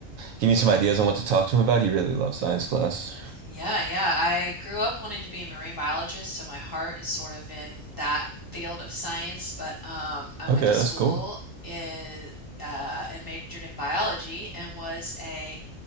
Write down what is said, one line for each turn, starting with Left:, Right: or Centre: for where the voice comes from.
Right: give me some ideas on what to talk to him about. He really loves science class.
Left: Yeah, yeah, I grew up wanting to be a marine biologist, so my heart is sort of in that field of science, but um, I
Right: Okay,
Left: went to school
Right: that's cool.
Left: in, uh, and majored in biology and was a